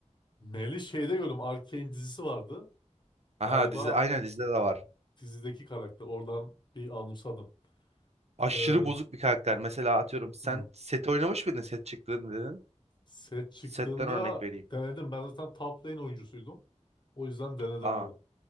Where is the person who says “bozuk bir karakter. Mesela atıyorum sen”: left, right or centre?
Right